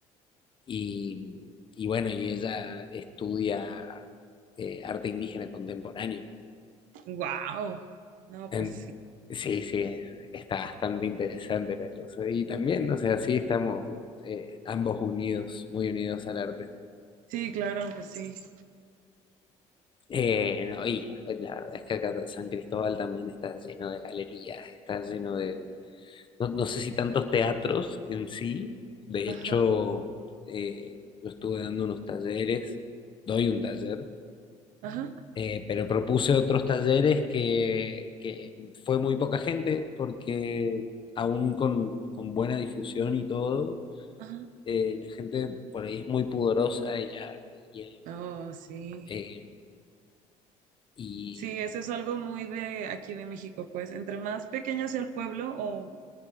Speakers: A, on the left; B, on the right.
A: y, y bueno, y ella estudia eh, arte indígena contemporáneo.
B: wow. No,
A: En-
B: pues sí.
A: sí, sí, es- está bastante interesante la cosa. Y también, no sé, así estamos eh, ambos unidos, muy unidos al arte.
B: Sí, claro, pues sí.
A: Eh, no, y la verdad es que acá San Cristóbal también está lleno de galerías, está lleno de, no, no sé si tantos teatros en sí. De
B: Ajá,
A: hecho, eh, yo estuve dando unos talleres, doy un taller
B: ajá,
A: Eh, pero propuse otros talleres que, que fue muy poca gente porque aún con, con buena difusión y todo,
B: ajá.
A: eh, la gente por ahí es muy pudorosa y, la, y, el,
B: Oh, sí.
A: eh, y
B: Sí, eso es algo muy de aquí de México, pues entre más pequeño sea el pueblo o